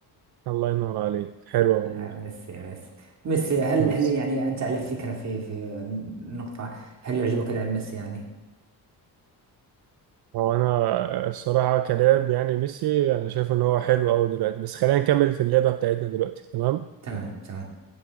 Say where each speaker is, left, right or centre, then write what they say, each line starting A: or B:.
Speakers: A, on the right (about 65°); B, on the right (about 40°).
A: الله ينور عليك حلوة والله
B: ميسي ميسي ميسي هل
A: بس
B: هل يعني أنت على فكرة في في نقطة هل يعجبك لاعب ميسي يعني؟
A: هو أنا الصراحة كلاعب يعني ميسي أنا شايف إن هو حلو أوي دلوقتي بس خلينا نكمل في اللعبة بتاعتنا دلوقتي تمام؟
B: تمام تمام